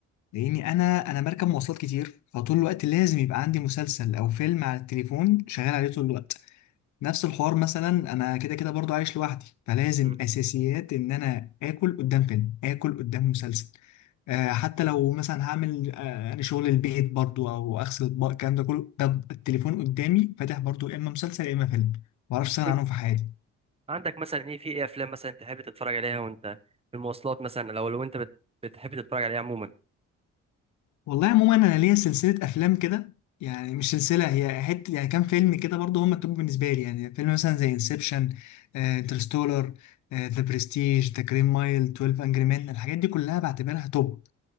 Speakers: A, on the left (about 70°); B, on the right (about 20°).
A: لأني أنا أنا بركب مواصلات كتير فطول الوقت لازم يبقى عندي مسلسل أو فيلم على التليفون شغال عليه طول الوقت نفس الحوار مثلا أنا كده كده برضو عايش لوحدي فلازم
B: مم.
A: أساسيات إن أنا آكل قدام فيلم آكل قدام مسلسل آه حتى لو مثلا هعمل آه أنا شغل البيت برضو أو أغسل أطباق الكلام ده كله طب التليفون قدامي فاتح برضو يا إما مسلسل يا إما فيلم معرفش أستغنى
B: إيه؟
A: عنهم في حياتي
B: عندك مثلا إيه في إيه أفلام مثلا تحب تتفرج عليها وأنت في المواصلات مثلا أو لو أنت بت... بتحب تتفرج عليها عموما
A: والله عموما انا ليا سلسله افلام كده يعني مش سلسله هي حته يعني كام فيلم كده برضه هم التوب بالنسبه لي يعني فيلم مثلا زي انسبشن انترستولر ذا برستيج ذا جرين مايل 12 انجري مان الحاجات دي كلها بعتبرها توب